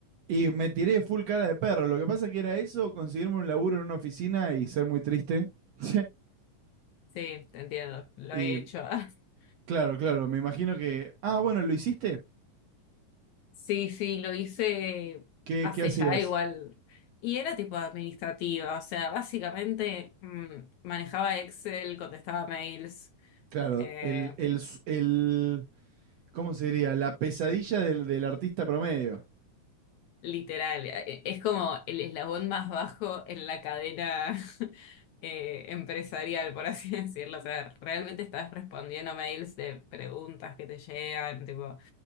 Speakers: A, on the right (about 70°); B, on the left (about 75°).
A: Y me tiré full cara de perro. Lo que pasa que era eso, conseguirme un laburo en una oficina y ser muy triste. <laughs>
B: Sí, te entiendo, lo
A: Y
B: he hecho. <laughs>
A: claro, claro, me imagino que... Ah, bueno, ¿lo hiciste?
B: Sí, sí, lo hice
A: ¿Qué,
B: hace
A: qué hacías?
B: ya igual. Y era tipo administrativa, o sea, básicamente mm, manejaba Excel, contestaba mails.
A: Claro,
B: eh,
A: el, el, s- el- ¿Cómo se diría? La pesadilla del, del artista promedio.
B: Literal, eh, es como el eslabón más bajo en la cadena <laughs> eh, empresarial, por así <laughs> decirlo. O sea, realmente estás respondiendo mails de preguntas que te llegan, tipo,